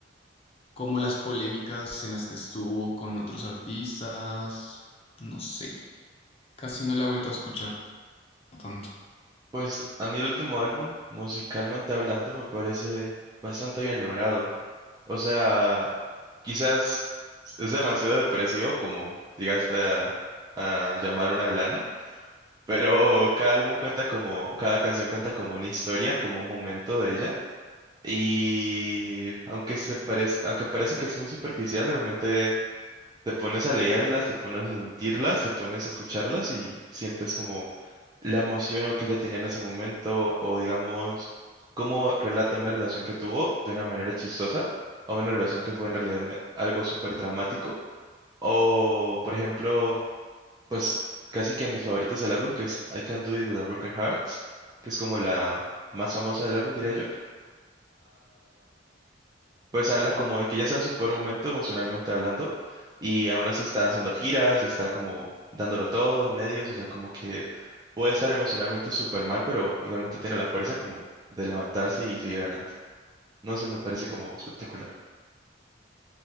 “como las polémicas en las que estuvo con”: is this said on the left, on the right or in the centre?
Left